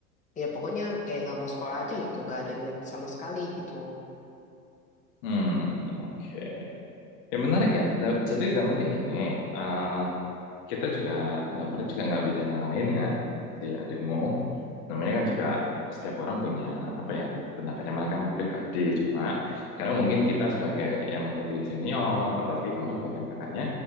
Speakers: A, on the left; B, on the left.
A: ya pokoknya kayak nggak mau sekolah aja gitu. Nggak ada niat sama sekali gitu.
B: Hmm, oke. Ya menarik ya. Da- Jadi yang penting ini, eh, kita juga, dalam arti juga nggak bisa nyalain ya si adikmu. Namanya kan juga setiap orang punya apa ya pendapatnya mereka pribadi. Cuma sekarang mungkin kita sebagai yang lebih senior, apalagi kamu sebagai kakaknya,